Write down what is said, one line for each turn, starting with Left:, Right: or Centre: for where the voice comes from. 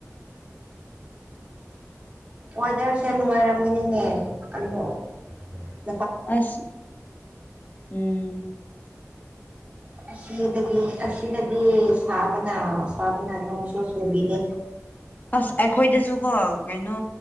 Right: ꯋꯦꯗꫪꯁꯦ ꯅꯨꯡꯉꯥꯏꯔꯝꯒꯅꯤꯅꯦ <unintelligible>
Left: ꯑꯁ ꯎꯝ
Right: ꯑꯁꯤꯗꯒꯤ ꯑꯁꯤꯗꯗꯤ ꯁꯥꯕꯅ ꯁꯥꯕꯅ ꯅꫭꯡꯁꯨ ꯁꯨ ꯆꯨꯕꯤꯗꯦ
Left: ꯑꯁ ꯑꯩꯈꯣꯏꯗꯁꯨꯀꯣ ꯀꯩꯅꯣ